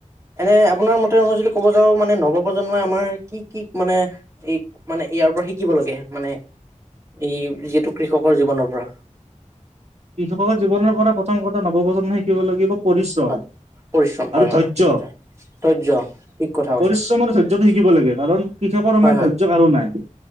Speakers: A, on the right; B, on the right.
A: এনে আপোনাৰ মতে মই যদি ক'ব যাওঁ মানে নৱপ্ৰজন্মই আমাৰ কি কি মানে এই মানে ইয়াৰ পৰা শিকিব লগীয়া মানে এই যিহেতু কৃষকৰ জীৱনৰ পৰা
B: কৃষকৰ জীৱনৰ পৰা প্ৰথম কথা নৱপ্ৰজন্মই শিকিব লাগিব পৰিশ্ৰম
A: হয় পৰিশ্ৰম হয়
B: আৰু
A: হয়
B: ধৈৰ্য।
A: ঠিক কথা ধৈৰ্য ঠিক কথা কৈছে
B: পৰিশ্ৰম আৰু ধৈৰ্যটো শিকিব লাগে কাৰণ কৃষকৰ সমান
A: হয় হয়
B: ধৈৰ্য কাৰো নাই।